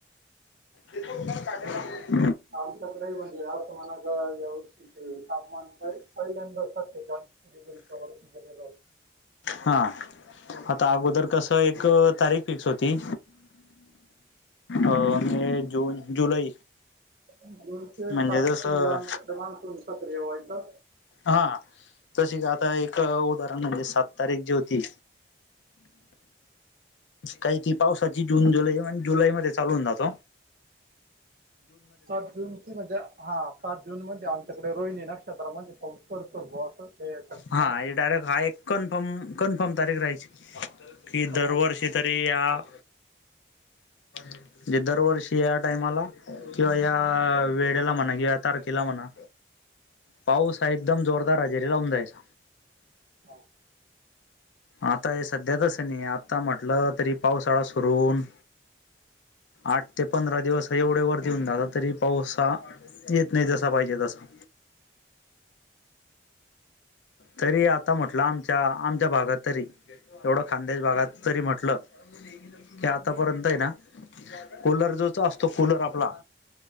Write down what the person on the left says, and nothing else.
जस उला काढायला <inaudible>
हा आता अगोदर कस एक तारीख फिक्स होती. अ मे जून जुलै.
म्हणजे
जसं
हा तशी आता एक उदाहरण म्हणजे सात तारीख जी होती. काही ती पावसाची जून जुलै जुलैमध्येच. चालू होनार.
हा
डायरेक्ट हा एक कन्फर्म, कन्फर्म तारीख राहायची की
दरवर्षी तरी या- म्हणजे दरवर्षी या टाइमाला, किंवा या वेळेला म्हणा किंवा या तारखेला म्हणा पाऊस, हा एकदम जोरदार हजेरी लावून जायचा.
आता हे सध्या तच नाही आता म्हटलं तरी पावसाळा सुरून होऊन. आठ ते पंधरा दिवस एवढे वरतीऊन दादा तरी पाऊसहा, येत नाही जसा पाहिजे तसा. तरी आता म्हटलं आमच्या आमच्या भागात तरी, एवढं खानदेश भागात तरी म्हटलं की आतापर्यंत आहे ना. कूलर जोच असतो कूलर आपला.